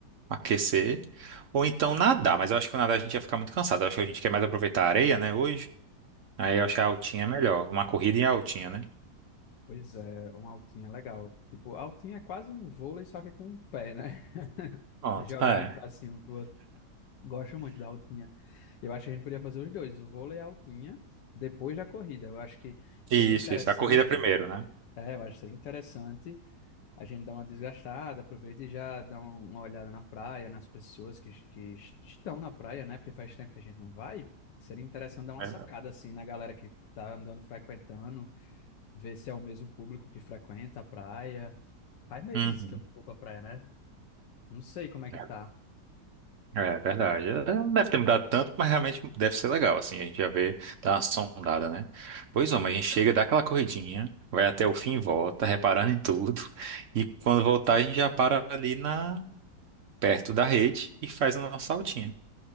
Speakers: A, on the right; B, on the left.
A: aquecer, ou então nadar, mas eu acho que o nadar a gente ia ficar muito cansado. Eu acho que a gente quer mais aproveitar a areia, né, hoje. Aí eu acho que a altinha é melhor, uma corrida em altinha, né?
B: Pois é, uma altinha legal. Tipo, altinha é quase um vôlei, só que com o pé, né? <laughs>
A: Pronto.
B: Jogando
A: É.
B: pra cima, um pro outro. Gosto muito da altinha. Eu acho que a gente podia fazer os dois, o vôlei e a altinha, depois da corrida. Eu acho que seria
A: Isso,
B: interessante,
A: isso. A corrida primeiro, né?
B: é, eu acho que seria interessante a gente dar uma desgastada, aproveita e já dá um- uma olhada na praia, nas pessoas que, que estão na praia, né? Porque faz tempo que a gente não vai. Seria interessante dar uma
A: Verdade.
B: sacada, assim, na galera que tá andando, frequentando, ver se é o mesmo público que frequenta a praia. Faz meses
A: Uhum.
B: que eu vou pra praia, né? Não sei como é que
A: É,
B: tá.
A: é verdade. É, Não deve ter mudado tanto, mas realmente deve ser legal, assim, a gente já vê, dá uma sondada, né? Pois é, mas a gente chega, dá aquela corridinha, vai até o fim e volta, reparando <laughs> em tudo, e quando voltar a gente já para ali na, perto da rede e faz a nossa altinha.